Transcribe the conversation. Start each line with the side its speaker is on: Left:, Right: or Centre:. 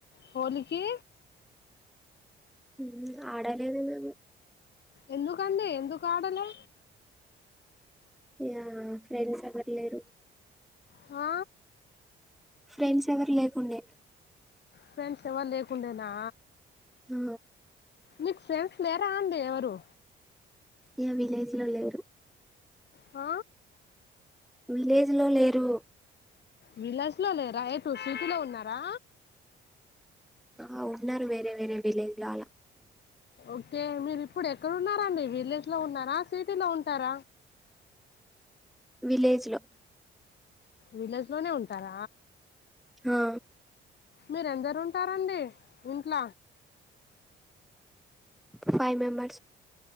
Left: హోలీకి
Centre: మ్ ఆడలేదు మేము
Left: ఎందుకండి ఎందుకాడ లె
Centre: య ఫ్రెండ్స్ ఎవర్ లేరు
Left: ఆ
Centre: ఫ్రెండ్స్ ఎవరు లేకుండే
Left: ఫ్రెండ్స్ ఎవర్ లేకుండేనా
Centre: హ
Left: మీకు ఫ్రెండ్స్ లేేరా అండి ఎవరు
Centre: య విలేజ్ లో లేరు
Left: హ
Centre: విలేజ్లో లేరు
Left: విలేజ్లో లేరా ఎటు సీటీలో ఉన్నారా
Centre: ఆ ఉన్నారు వేరె వేరె విలేజ్ లో అలా
Left: ఓకే మీరు ఇప్పుడు ఎక్కడ ఉన్నారాండి విలేజ్లో ఉన్నారా సిటీలో ఉంటార
Centre: విలేజ్ లో
Left: విలేజ్లోనే ఉంటార
Centre: హా
Left: మీరెందరు ఉంటారంండి ఇంట్ల
Centre: ఫైవ్ మెంబర్స్